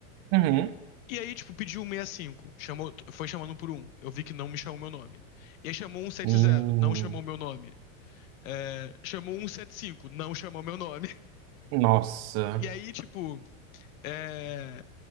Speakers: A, on the right (about 35°); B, on the left (about 75°).
A: Uhum.
B: E aí, tipo, pediu 165, chamou, foi chamando um por um, eu vi que não me chamou meu nome. E aí chamou 170,
A: Hum,
B: não chamou meu nome. É, chamou cento e setenta e cinco, não chamou meu nome. <laughs>
A: Nossa.
B: E aí, tipo, é,